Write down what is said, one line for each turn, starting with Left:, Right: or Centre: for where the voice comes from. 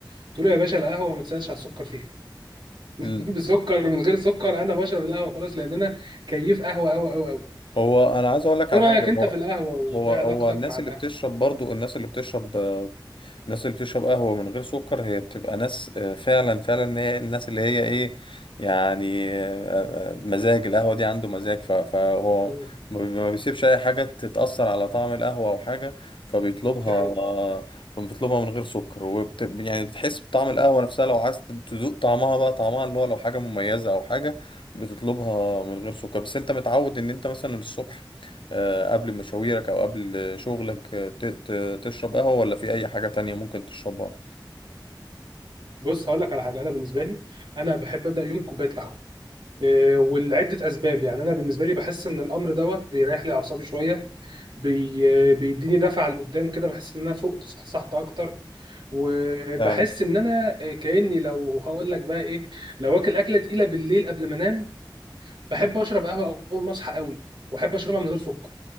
Right: قلت له يا باشا القهوه ما تسالش على السكر فيها <laughs>
Left: مم.
Right: بسكر من غير سكر انا بشرب القهوه خلاص لان انا كيف قهوه قوي قوي قوي
Left: هو انا عايز اقول لك
Right: ايه
Left: على
Right: رايك
Left: حاجه
Right: انت
Left: هو
Right: في القهوه وايه
Left: هو هو
Right: علاقتك
Left: الناس
Right: مع القهوه
Left: اللي بتشرب برضو الناس اللي بتشرب الناس اللي بتشرب قهوة من غير سكر هي بتبقى ناس آه، فعلا فعلا هي الناس اللي هي ايه يعني آه، آه، مزاج القهوة دي عنده مزاج ف- فهو
Right: مم.
Left: ما بي- ما بيسيبش اي حاجة تتأثر على طعم القهوة او حاجة فبيطلبها
Right: دي حقيقة
Left: آه، فبيطلبها من غير سكر وبت يعني بتحس بطعم القهوة نفسها لو عايز تدوق طعمها بقى طعمها اللي هو لو حاجة مميزة او حاجة بتطلبها من غير سكر بس انت متعود ان انت مثلا الصبح آه، قبل مشاويرك او قبل شغلك آه، ت- ت- تشرب قهوة ولا في اي حاجة تانية ممكن تشربها
Right: بص هقول لك على حاجه انا بالنسبه لي انا بحب ابدا يومي بكوبايه قهوه إيه، ولعده اسباب يعني انا بالنسبه لي بحس ان الامر دوت بيريح لي اعصابي شويه بي... بيديني دفعه لقدام كده بحس ان انا فقت صحصحت اكتر وبحس
Left: فعلا
Right: ان انا إيه، كاني لو هقول لك بقى ايه لو واكل اكله تقيله بالليل قبل ما انام بحب اشرب قهوه اول ما اصحى قوي واحب اشربها من
Left: مم.
Right: غير سكر